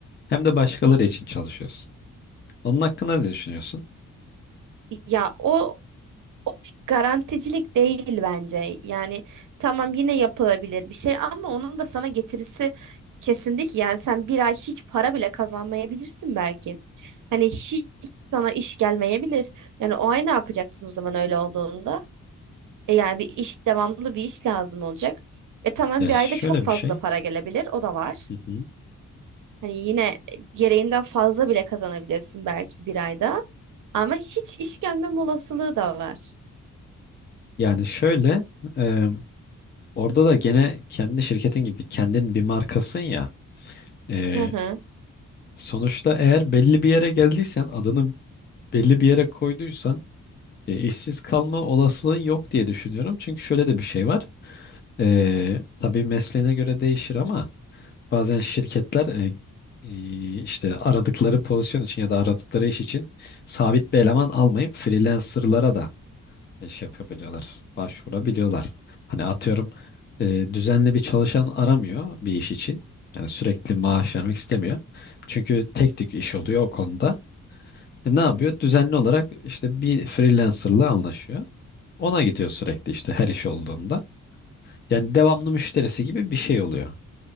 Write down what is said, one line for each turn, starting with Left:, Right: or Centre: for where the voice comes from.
Left: hem de başkaları için çalışıyorsun. Onun hakkında ne düşünüyorsun?
Right: Ya o o bir garanticilik değil bence. Yani tamam yine yapılabilir bir şey ama onun da sana getirisi kesinlikle ki. Yani sen bir ay hiç para bile kazanmayabilirsin belki. Hani hiç sana iş gelmeyebilir. Yani o ay ne yapacaksın o zaman öyle olduğunda? E yani bir iş devamlı bir iş lazım olacak. E tamam
Left: Ya
Right: bir
Left: şöyle
Right: ayda çok fazla
Left: bir şey.
Right: para gelebilir. O da var.
Left: Hı hı.
Right: Hani yine gereğinden fazla bile kazanabilirsin belki bir ayda. Ama hiç iş gelmem olasılığı da var.
Left: Yani şöyle e, Orada da gene kendi şirketin gibi kendin bir markasın ya. Ee,
Right: Hı hı,
Left: sonuçta eğer belli bir yere geldiysen adını belli bir yere koyduysan e, işsiz kalma olasılığın yok diye düşünüyorum. Çünkü şöyle de bir şey var. Ee, tabii mesleğine göre değişir ama bazen şirketler e, e, işte aradıkları pozisyon için ya da aradıkları iş için sabit bir eleman almayıp freelancerlara da iş yapabiliyorlar, başvurabiliyorlar. Hani atıyorum e, düzenli bir çalışan aramıyor bir iş için. Yani sürekli maaş vermek istemiyor. Çünkü tek tük iş oluyor o konuda. E, ne yapıyor? Düzenli olarak işte bir freelancerla anlaşıyor. Ona gidiyor sürekli işte her iş olduğunda. Yani devamlı müşterisi gibi bir şey oluyor.